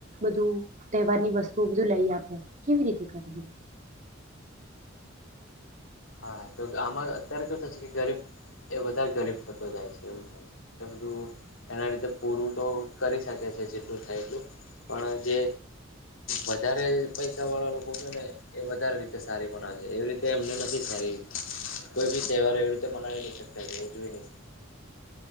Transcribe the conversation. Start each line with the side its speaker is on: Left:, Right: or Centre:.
Right: બધું તહેવાર ની વસ્તુઓ બધું લઈ આપડે કેવી રીતે કર દ.
Left: હા તો આમાં અત્યારે કેું થશે કે ગરીબ એ વધારે ગરીબ થતો. તો જાય છે એવું થાય છે, એ બધું એના <unintelligible> પૂરું તો. કરી શકે છે, જેટલું થાય એટલું પણ જે વધારે પૈસાવાળા લોકો છે, ને એ વધારે રીતે સારી બનાવે છે, એવી રીતે એમને નથી. <unintelligible> કોઈ ભી તહેવાર <unintelligible> મનાવી ન શકજઈ નહી.